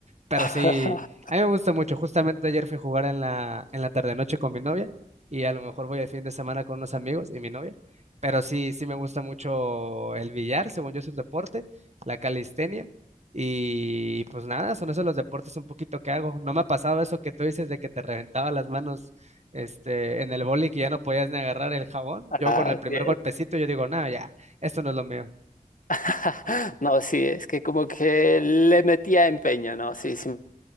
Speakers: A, on the right (about 50°); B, on the left (about 65°).
A: Pero
B: <laughs>
A: sí, a mí me gusta mucho. Justamente ayer fui a jugar en la, en la tarde-noche con mi novia y a lo mejor voy el fin de semana con unos amigos y mi novia. Pero sí, sí me gusta mucho el billar, según yo es un deporte, la calistenia. Y pues nada, son esos los deportes un poquito que hago. No me ha pasado eso que tú dices de que te reventaba las manos este, en el boli que ya no podías ni agarrar el jabón. Yo
B: Ah,
A: con el primer
B: sí,
A: golpecito yo digo, no, ya, esto no es lo mío.
B: <laughs> No, sí, es que como que le metía empeño, ¿no? Sí, sí,